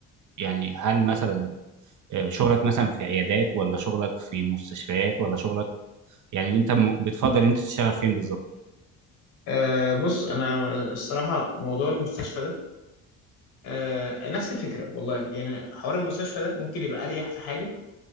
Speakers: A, on the right (about 45°); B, on the left (about 60°).
A: يعني هل مثلا آه، شغلك مثلا في عيادات ولا شغلك في مستشفيات ولا شغلك يعني انت م- بتفضل انت تشتغل فين بالظبط
B: آه، بص انا الصراحه موضوع المستشفى ده آه، نفس الفكره والله يعني حوار المستشفى ده ممكن يبقى اريح في حاجه